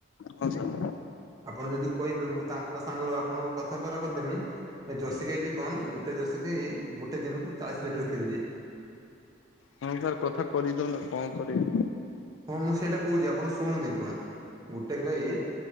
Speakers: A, on the left; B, on the right.
A: ହଁ ସାର୍
B: ଆପଣ ଯଦି କହିବେ ମୁଁ ତାଙ୍କ ସାଙ୍ଗରେ ଆପଣଙ୍କୁ କଥା କରା କରିଦେମି। ଏ ଜର୍ସି ଗାଇ ବି କନ ଗୋଟେ ଜର୍ସି ଗାଇ ଗୋଟେ ଦିନକୁ ଚାଳିଶ ଲିଟର କ୍ଷୀରି ଦିଏ।
A: ହଁ ସାର୍ କଥା କରିଦଉନ କଣ କରିବା?
B: ହଁ ମୁଁ ସେଇଟା କହୁଛି ଆପଣ ଶୁଣ ଦେଇଛୁଆଁ। ଗୋଟେ ଗାଈ